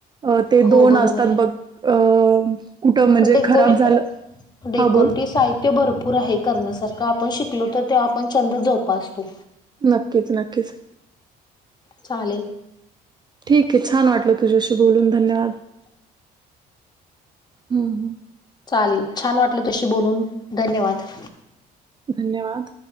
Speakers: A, on the right (about 25°); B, on the left (about 25°).
A: अ ते
B: हो
A: दोन
B: बरोबर
A: असतात
B: आहे.
A: बघ अ कुठं म्हणजे
B: डेकोरे
A: खराब झालं
B: डेकोरटि
A: हा बोल
B: साहित्य.. ते भरपूर आहे करण्यासारखं आपण शिकलो. तर ते आपण छंद जोपासतो.
A: नक्कीच नक्कीच
B: चालेल.
A: ठीक आहे छान वाटल तुझ्याशी बोलून धन्यवाद हम ह
B: चालेल छान वाटलं तुज्याशी बोलून धन्यवाद
A: धन्यवाद